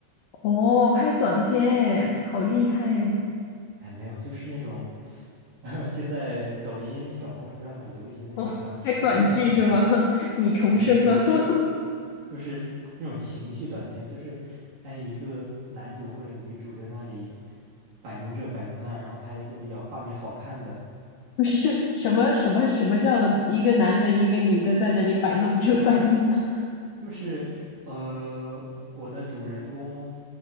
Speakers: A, on the left; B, on the right.
A: 哦，拍短片哎，好厉害哦！
B: 哎，没有，就是那种 <laughs> 现在抖音、小红书上很流行的那种什么情绪短片啊
A: 哦，拍短剧是吗？<laughs> 你重生了，
B: 不是不是是。
A: <laughs>
B: 就是那种情绪短片，就是哎一个男主或者女主在那里摆弄这摆弄那，然后拍一些比较画面好看的，
A: 不是什么什么什么叫一个男的，一个女的在那里摆弄这摆弄那？
B: 就是呃我的主人公